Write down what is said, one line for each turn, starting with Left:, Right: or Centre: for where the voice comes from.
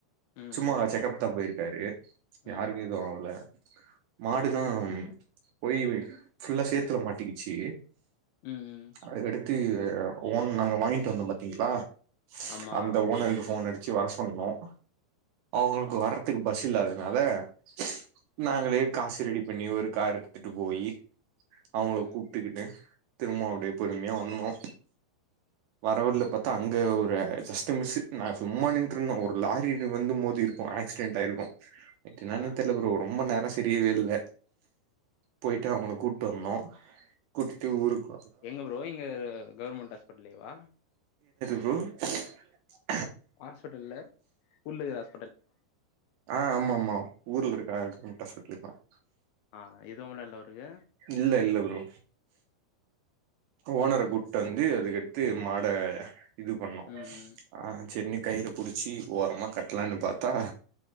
Left: ம்
Right: சும்மா
Left: ம்
Right: செக்கப் தா போயிருக்காரு
Left: ம்
Right: யாரக்கு எது ஆகல <inaudible> மாடு தா போய் ஃபுல்லா சேத்துல மாட்டிக்கிச்சு
Left: ம் ம்
Right: அதுக்கடுத்து ஒன் நாங்க வாங்கிட்டு வந்தோம் பாத்தீங்களா
Left: ஆமா.
Right: அந்த ஓனருக்கு போன் அடித் ஜீ வர சொல்னும் அவங்களுக்கு வரதுக்கு பஸ் இல்லாது <unintelligible> நாங்களே காசு ரெடி பண்ணி ஒரு கார் எடுத்துட்டு போயி அவங்கள
Left: ம்
Right: கூப்டுகிட்டு திரும்பவும் அப்படியே பொறுமையா வந்தோம் வர்ற வழில பாத்தா அங்க ஒரு ஜஸ்ட்ட மிஸ்ஸு நான் சும்மா நின்ட்டு இருந்தோம் ஒரு லாரி இது வந்து மோதியிருக்கும் ஆக்சிடெண்ட் ஆயிருக்கும் இருட்டு நானே
Left: ஆ
Right: தெரியல ப்ரோ ரொம்ப நேரம் தெரியவேயில்ல போயிட்டு அவங்கள கூப்டு வர்னும் கூட்டிட்டு ஊருக்
Left: எங்க ப்ரோ இங்க கவர்மெண்ட் ஹாஸ்பிட்லேவா
Right: ம்
Left: ஹாஸ்பெட்டல்ல உள்ள இருக்க ஹாஸ்
Right: ஆ ஆமாமா ஆமா ஊர்ல இருக்க கவர்மெண்ட் ஹாஸ்பிட்டல தான்
Left: ஆ இதுவும் நல்லாவ இருக்கு
Right: இல்ல இல்ல ப்ரோ ஓனர கூப்டு வந்த அதுக்கடுத்து மாட இது பண்ணோம்
Left: ம் ம்
Right: ஆங் சென்னைக் கயிறு புடிச்சி ஓரமா கட் கட்லாம்னு பாத்தா